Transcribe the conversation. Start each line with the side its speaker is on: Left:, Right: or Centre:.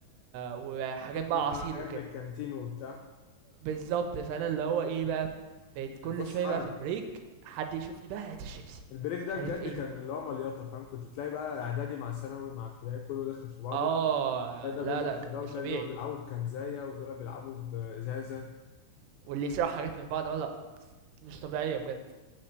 Right: وحاجات
Left: اجيب
Right: بقى عصير
Left: ح- حاجات
Right: وكده.
Left: من الكانتين وبتاع
Right: بالضبط، فأنا اللي هو إيه بقى، بقيت كل
Left: الفسحه
Right: شوية بقى في البريك حد يشوفني بقى هات الشيبسي،
Left: البريك ده
Right: مش
Left: بجد
Right: عارف إيه.
Left: كان اللي هو مليطه فاهم كنت تلاقي بقى اعدادي مع ثانوي مع ابتدائي كله داخل في بعضه
Right: آه،
Left: تلاقي ده بيضرب
Right: لأ، لأ،
Left: في
Right: كان
Left: ده
Right: مش
Left: وتلاقي
Right: طبيعي.
Left: دول بيلعبوا بكنزايه ودول بيلعبوا بازازه
Right: واللي يسرقوا حاجات من بعض اه لأ مش طبيعية بجد